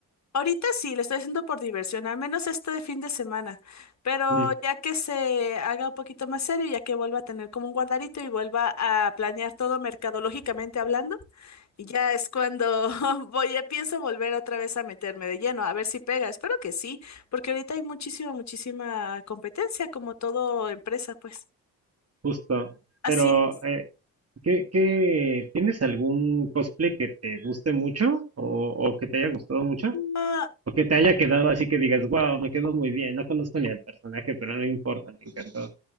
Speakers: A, on the left; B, on the right.
A: Ahorita sí, lo estoy haciendo por diversión, al menos este fin de semana. Pero
B: Mm.
A: ya que se haga un poquito más serio, ya que vuelva a tener como un guardarito y vuelva a planear todo mercadológicamente hablando, y ya es cuando <laughs> voy, ya pienso volver otra vez a meterme de lleno, a ver si pega. Espero que sí, porque ahorita hay muchísima, muchísima competencia, como todo empresa, pues.
B: Justo.
A: Así
B: Pero,
A: es.
B: eh, ¿qué, qué, tienes algún cosplay que te guste mucho o, o que te haya gustado mucho?
A: Ah,
B: O que te haya quedado así que digas, wow, me quedó muy bien, no conozco ni al personaje, pero no importa, me encantó.